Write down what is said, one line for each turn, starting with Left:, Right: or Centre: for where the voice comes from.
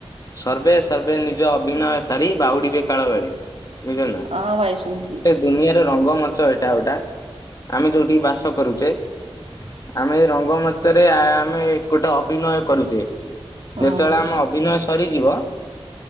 Left: ସର୍ଭେ ସର୍ଭେ ନିଜ ଅଭିନୟ ସାରି ବାହୁଡିବେ କାଳ ବେଳେ ବୁଝିଲ ନା।
Right: ହଁ ଭାଇ ଶୁଣିଛି।
Left: ଦୁନିଆର ରଙ୍ଗ ମଚ ଏଇଟା ଗୋଟା ଆମେ ଯୋଉଠି ବାସ କରୁଛେ। ଆମେ ରଙ୍ଗମଞ୍ଚ ରେ ଆମେ ଗୋଟେ ଅଭିନୟ କରୁଛେ।
Right: ହଁ
Left: ଯେତେବେଳେ ଆମ ଅଭିନୟ ସ ସରିଯିବ